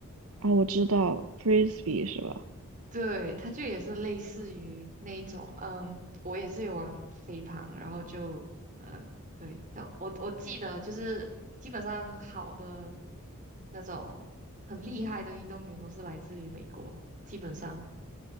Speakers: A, on the right (about 75°); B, on the right (about 35°).
A: 啊，我知道 frisbee 是吧？
B: 对，它就也是类似于那种，嗯，我也是有玩飞盘，然后就，嗯，对，但我我记得就是基本上好的那种很厉害的运动员都是来自于美国，基本上，